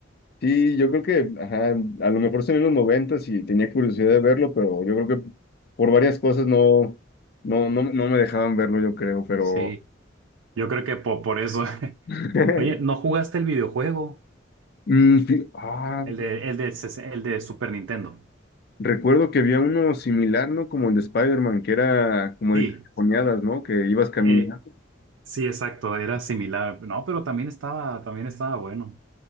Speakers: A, on the left (about 55°); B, on the right (about 80°).
A: sí, yo creo que, ajá, a lo mejor salió en los noventas y tenía curiosidad de verlo, pero yo creo que por varias cosas no, no, no, no me dejaban verlo, yo creo, pero
B: Sí, yo creo que po- por eso. <laughs>
A: <laughs>
B: Oye, ¿no jugaste el videojuego?
A: Mm, fí- ah,
B: El de, el de, ses- el de Super Nintendo.
A: recuerdo que había uno similar, ¿no? Como el de Spider-Man, que era como
B: Sí,
A: de cajoneadas, ¿no? Que ibas caminando.
B: eh, sí, exacto, era similar. No, pero también estaba, también estaba bueno.